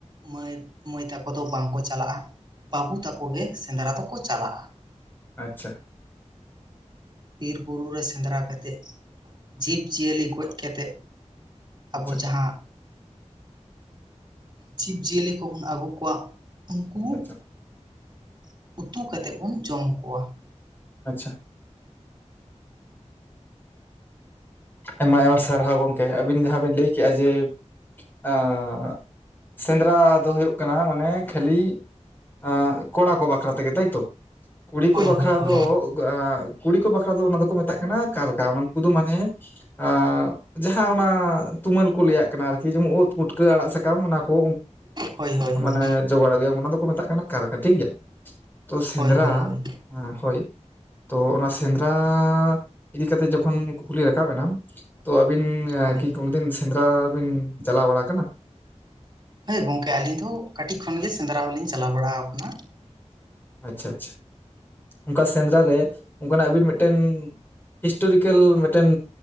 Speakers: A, on the right; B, on the left.
A: ᱢᱟᱹᱭ ᱢᱟᱹᱭ ᱛᱟᱠᱚ ᱫᱚ ᱵᱟᱝ ᱠᱚ ᱪᱟᱞᱟᱜ-ᱟ ᱾ ᱵᱟᱹᱵᱩ ᱛᱟᱠᱚ ᱜᱮ ᱥᱮᱸᱱᱫᱨᱟ ᱫᱚᱠᱚ ᱪᱟᱞᱟᱜ-ᱟ ᱾
B: ᱟᱪᱪᱷᱟ᱾
A: ᱵᱤᱨ ᱵᱩᱨᱩ ᱨᱮ ᱥᱮᱸᱱᱫᱨᱟ ᱠᱟᱛᱮᱜ <inaudible> ᱡᱤᱵᱽ ᱡᱤᱭᱟᱹᱞᱤ ᱜᱚᱡ ᱠᱟᱛᱮᱜ
B: ᱟᱪᱪᱷᱟ
A: ᱟᱵᱚ ᱡᱟᱦᱟᱸ <inaudible> ᱡᱤᱵᱽ ᱡᱤᱭᱟᱹᱞᱤ ᱠᱚᱵᱚᱱ ᱟᱹᱜᱩ ᱠᱚᱣᱟ ᱩᱱᱠᱩ
B: ᱟᱪᱪᱷᱟ
A: <inaudible> ᱩᱛᱩ ᱠᱟᱛᱮᱜ ᱵᱚᱱ ᱡᱚᱢ ᱠᱚᱣᱟ ᱾
B: ᱟᱪᱪᱷᱟ᱾ ᱟᱭᱢᱟ ᱟᱭᱢᱟ ᱥᱟᱨᱦᱟᱣ ᱜᱚᱢᱠᱮ, ᱟᱹᱵᱤᱱ ᱡᱟᱦᱟᱸ ᱵᱤᱱ ᱞᱟᱹᱭ ᱠᱮᱜ-ᱟ ᱡᱮ ᱟᱻ <inaudible> ᱥᱮᱸᱫᱽᱨᱟ ᱫᱚ ᱦᱩᱭᱩᱜ ᱠᱟᱱᱟ ᱢᱟᱱᱮ ᱠᱷᱟᱹᱞᱤ ᱟᱸ ᱠᱚᱲᱟ ᱠᱚ ᱵᱟᱠᱷᱨᱟ ᱛᱮᱜᱮ ᱛᱟᱭᱛᱚ? ᱠᱩᱲᱤ ᱠᱚ
A: ᱦᱳᱭ
B: ᱵᱟᱠᱷᱨᱟ
A: ᱦᱳᱭ ᱦᱳᱭ
B: ᱫᱚ ᱟᱸ ᱠᱩᱲᱤ ᱠᱚ ᱵᱟᱠᱷᱨᱟ ᱫᱚ ᱚᱱᱟ ᱫᱚᱠᱚ ᱢᱮᱛᱟᱜ ᱠᱟᱱᱟ ᱠᱟᱨᱠᱟ, ᱩᱱᱠᱩ ᱫᱚ ᱢᱟᱱᱮ ᱟᱸᱻ ᱡᱟᱦᱟᱸ ᱚᱱᱟ ᱛᱩᱢᱟᱹᱞ ᱠᱚ ᱞᱟᱹᱭᱟᱹᱜ ᱠᱟᱱᱟ ᱟᱨᱠᱤ ᱡᱮᱢᱚᱱ ᱩᱫ ᱯᱩᱴᱠᱟᱹ ᱟᱲᱟᱜ ᱥᱟᱠᱟᱢ ᱚᱱᱟ ᱠᱩ
A: ᱦᱳᱭ ᱦᱳᱭ
B: <unintelligible>
A: ᱦᱳᱭ
B: ᱢᱟᱱᱮ ᱡᱚᱜᱟᱲ ᱟᱹᱜᱩᱭᱟ ᱚᱱᱟ ᱫᱚᱠᱚ ᱢᱮᱛᱟᱜ ᱠᱟᱱᱟ ᱠᱟᱨᱠᱟ ᱴᱷᱤᱠ ᱜᱮᱭᱟ ᱾ <inaudible> ᱛᱚ ᱥᱮᱸᱫᱽᱨᱟ
A: ᱦᱳᱭ ᱦᱳᱭ ᱦᱳᱭ
B: ᱦᱮᱸ ᱦᱚᱭ <inaudible> ᱛᱚ ᱚᱱᱟ ᱥᱮᱸᱱᱫᱨᱟᱻ ᱤᱫᱤ ᱠᱟᱛᱮᱜ ᱡᱚᱠᱷᱚᱱ ᱠᱩᱠᱞᱤ ᱨᱟᱠᱟᱵ ᱮᱱᱟ, ᱛᱚ ᱟᱹᱵᱤᱱ
A: ᱦᱳᱭ
B: ᱠᱤ ᱠᱳᱱᱳ ᱫᱤᱱ ᱥᱮᱸᱫᱽᱨᱟ ᱵᱤᱱ ᱪᱟᱞᱟᱣ ᱵᱟᱲᱟ ᱟᱠᱟᱱᱟ?
A: ᱦᱮᱸ ᱜᱚᱝᱠᱮ ᱟᱹᱞᱤᱧ ᱫᱚ ᱠᱟᱹᱴᱤᱡ ᱠᱷᱚᱱ ᱜᱮ ᱥᱮᱸᱫᱽᱨᱟ ᱦᱚᱸᱞᱤᱧ ᱪᱟᱞᱟᱣ ᱵᱟᱲᱟ ᱟᱠᱟᱱᱟ ᱾
B: ᱟᱪᱪᱷᱟ ᱟᱪᱪᱷᱟ ᱾ <inaudible> ᱚᱱᱠᱟ ᱥᱮᱸᱫᱽᱨᱟ ᱨᱮ ᱚᱱᱠᱟᱱᱟᱜ ᱟᱹᱵᱤᱱ ᱢᱤᱫᱴᱮᱱ ᱦᱤᱥᱴᱨᱩᱠᱮᱞ ᱢᱤᱫᱴᱮᱱ